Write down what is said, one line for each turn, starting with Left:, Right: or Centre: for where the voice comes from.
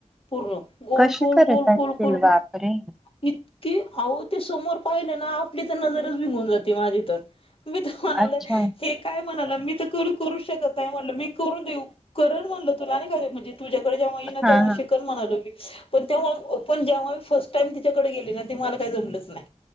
Left: पूर्ण गोल,
Centre: कशी
Left: गोल,
Centre: करत
Left: गोल
Centre: असतील
Left: गोल, गोल, गोल.
Centre: बापरे
Left: इतकी, अहो ते समोर पाहिलं ना आपली तर नजरच भींघून जाते माझी तर. मी त म्हणाल
Centre: अच्छा
Left: हे काय म्हणालं मी तर करू, करू शकत नाही, म्हणल मी करून देऊ करल म्हणल तुला, आणि का म्हणजे. तुझकडे जेव्हा इन ना
Centre: हा
Left: तेव्हा
Centre: हा
Left: शिक कल म्हणालो मी, पण तेवा पण जेव्हा मी फर्स्ट टाइम तिच्याकडे गेली ना, ते मला काय जमलच नाही.